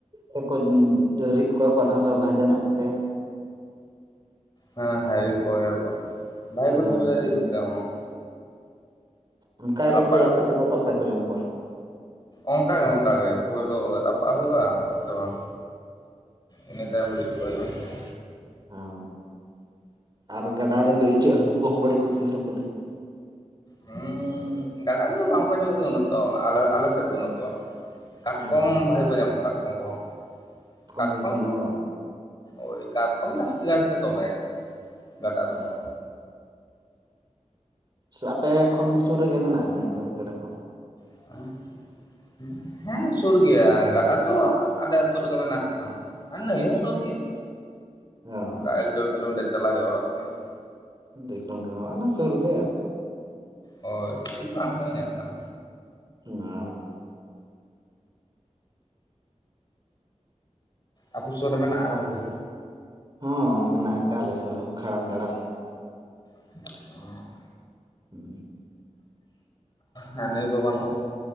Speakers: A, on the right (about 35°); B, on the left (about 35°).
A: ᱨᱤᱫ ᱠᱚ ᱨᱤᱫ ᱠᱚᱣᱟ ᱠᱚ ᱟᱫᱷᱚᱢ ᱫᱚ ᱵᱷᱟᱡᱟ ᱧᱚᱜ ᱠᱟᱛᱮ
B: ᱦᱮᱸᱦᱮᱸ ᱨᱤᱫ ᱠᱚ ᱜᱮᱭᱟ ᱠᱚ᱾
A: ᱦᱮᱸ
B: ᱥᱤᱵᱤᱞᱟ
A: ᱫᱷᱤᱨᱤ
B: ᱨᱤᱫ
A: ᱨᱮᱱ,
B: ᱠᱟᱛᱮ ᱦᱚᱸ
A: ᱚᱱᱠᱟᱜ
B: ᱨᱟᱯᱟᱜ
A: ᱜᱮ ᱪᱮᱫ ᱟᱯᱮ ᱥᱮᱫ ᱫᱚ ᱚᱠᱟ ᱞᱮᱠᱟ ᱯᱮ ᱡᱚᱢ ᱠᱚᱣᱟ?
B: ᱚᱱᱠᱟᱜᱮ ᱚᱱᱠᱟᱜᱮ ᱯᱳᱭᱞᱳ ᱨᱟᱯᱟᱜ ᱦᱩᱭᱩᱜᱼᱟ, ᱥᱮ ᱵᱟᱝ ᱤᱱᱟᱹ ᱛᱟᱭᱚᱢ ᱨᱤᱫ ᱠᱚ ᱦᱩᱭᱩᱜ-ᱟ ᱾
A: ᱦᱮᱸ ᱟᱨ ᱜᱟᱰᱟ ᱨᱮᱱ ᱫᱚ ᱤᱪᱟᱹᱜ ᱦᱟᱹᱠᱩ ᱠᱚᱦᱚᱸ ᱵᱟᱹᱲ ᱠᱚ ᱥᱤᱵᱤᱞᱟ ᱠᱚ ᱞᱟᱹᱭ,
B: ᱦᱩᱸ ᱜᱟᱰᱟ ᱫᱚ ᱵᱟᱝᱠᱚ ᱧᱟᱢᱚᱜ ᱜᱮᱭᱟ ᱩᱱᱟᱹᱜ ᱫᱚ ᱟᱞᱮ ᱟᱞᱮ ᱥᱮᱫ ᱫᱚ ᱩᱱᱟᱹᱜ ᱫᱚ᱾ ᱠᱟᱴᱠᱚᱢ
A: ᱚ ᱦᱚᱸ
B: ᱵᱷᱟᱜᱮ ᱠᱚ ᱧᱟᱢᱚᱜᱼᱟ ᱠᱟᱴᱠᱚᱢ ᱠᱚᱦᱚᱸ, ᱠᱟᱴᱠᱚᱢ
A: ᱵᱷᱟᱹᱜᱤ ᱠᱚ ᱧᱟᱢᱟ ᱵᱟᱝ
B: ᱳᱭ ᱠᱟᱴᱠᱚᱢ ᱡᱟᱹᱥᱛᱤ ᱠᱟᱭ ᱛᱮ ᱫᱚᱢᱮ᱾ ᱜᱟᱰᱟ
A: ᱟᱪᱪᱷᱟ᱾
B: ᱨᱮᱫᱚ
A: ᱟᱯᱮ ᱠᱷᱚᱱ ᱥᱩᱨ ᱨᱮᱜᱮ ᱢᱮᱱᱟᱜᱼᱟ ᱱᱟᱭ ᱠᱚ ᱜᱮᱰᱟ ᱠᱚ?
B: <unintelligible> ᱦᱮᱸ ᱥᱩᱨ ᱜᱮᱭᱟ ᱜᱟᱰᱟ ᱫᱚ ᱟᱞᱮ ᱟᱛᱩ ᱨᱮᱜᱮ ᱢᱮᱱᱟᱜ ᱟᱠᱷᱟᱱ᱾ ᱟᱨ ᱱᱟᱹᱭ ᱦᱚᱸ ᱥᱩᱨ ᱜᱮᱭᱟ
A: ᱚ
B: ᱚᱱᱠᱟ
A: ᱦᱚᱸ
B: ᱮᱠ ᱰᱮᱲ ᱠᱤᱞᱳᱢᱤᱴᱟᱨ ᱪᱟᱞᱟᱜ ᱦᱩᱭᱩᱜᱼᱟ ᱚᱲᱟᱜ ᱠᱷᱚᱱᱟᱜ᱾
A: ᱫᱮᱲ ᱠᱤᱞᱳᱢᱤᱴᱟᱨ ᱥᱩᱨ ᱜᱮ
B: ᱦᱳᱭ ᱵᱤᱥᱤ ᱫᱚ ᱵᱟᱝ ᱥᱟᱺᱜᱤᱧ-ᱟ ᱠᱷᱟᱱ᱾
A: ᱟᱻ
B: ᱟᱯᱮ ᱥᱳᱨ ᱨᱮ ᱢᱮᱱᱟᱜ-ᱟ ᱜᱚᱝᱠᱮ?
A: ᱦᱚᱸ ᱢᱮᱱᱟᱜ ᱟᱠᱟᱫ ᱟᱞᱮ ᱥᱳᱨ ᱨᱮᱦᱚᱸ ᱠᱷᱟᱲᱟᱝ ᱜᱟᱰᱟ᱾
B: <unintelligible>
A: <unintelligible>
B: ᱦᱟᱸᱰᱮ ᱜᱳ ᱵᱟᱹᱱᱩᱜ-ᱟ